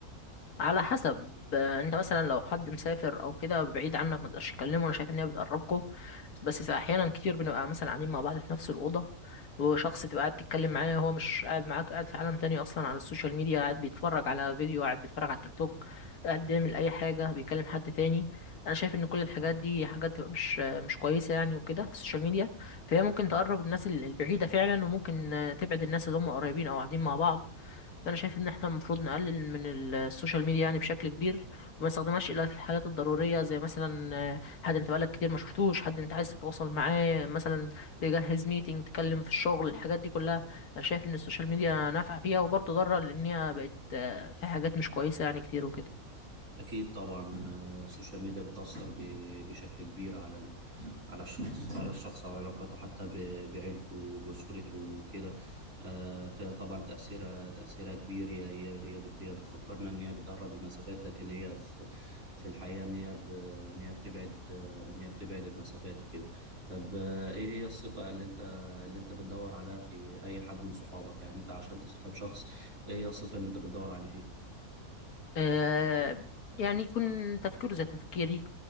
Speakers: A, on the left (about 80°); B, on the right (about 55°).
A: على حسب آه، انت مثلا لو حد مسافر او كده بعيد عنك ما تقدرش تكلمه انا شايف ان هي بتقربكم بس احيانا كتير بنبقى مثلا قاعدين مع بعض في نفس الاوضه وشخص تبقى قاعد تتكلم معاه هو مش قاعد معاك قاعد في عالم تاني اصلا على السوشيال ميديا قاعد بيتفرج على فيديو قاعد بيتفرج على التيك توك قاعد بيعمل اي حاجه بيكلم حد تاني انا شايف ان كل الحاجات دي حاجات تبقى مش مش كويسه يعني وكده في السوشيال ميديا فهي ممكن تقرب الناس ال- البعيده فعلا وممكن آه، تبعد الناس اللي هم قريبين او قاعدين مع بعض فانا شايف ان احنا المفروض نقلل من ال- السوشيال ميديا يعني بشكل كبير وما نستخدمهاش الا في الحالات الضروريه زي مثلا آه، حد انت بقالك كتير ما شفتوش حد انت عايز تتواصل معاه مثلا تجهز ميتنج تتكلم في الشغل الحاجات دي كلها انا شايف ان السوشيال ميديا نافعه فيها وبرضه ضاره لان هي بقت آه، فيها حاجات مش كويسه يعني كتير وكده
B: أكيد طبعا آه، السوشيال ميديا بتأثر ب- بشكل كبير على ال... على الشخص على الشخص وعلاقاته حتى ب... بعيلته وبأسرته وكده آه، فطبعا تأثيرها تأثيرها كبير هي هي هي, بت... هي بتفكرنا إن هي بتقرب المسافات لكن هي في, في الحقيقة إن هي ب... إن هي بتبعد آه، إن هي بتبعد المسافات وكده طب آه، إيه هي الصفة اللي أنت اللي أنت بتدور عليها في أي حد من صحابك يعني أنت عشان تصاحب شخص إيه هي الصفة اللي أنت بتدور عليه فيه
A: آه، يعني يكون تفكيره زي تفكيري